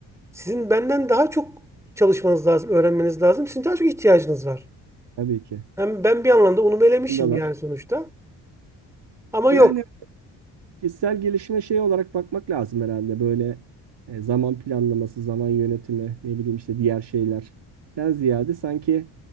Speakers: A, in the centre; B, on the right (about 55°).
A: sizin benden daha çok çalışmanız lazım, öğrenmeniz lazım. Sizin daha çok ihtiyacınız var.
B: tabii ki.
A: Hem ben bir anlamda unumu elemişim
B: Yanındalar.
A: yani sonuçta. Ama
B: Yani
A: yok.
B: kişisel gelişime şey olarak bakmak lazım herhalde. Böyle e, zaman planlaması, zaman yönetimi, ne bileyim işte diğer şeylerden ziyade sanki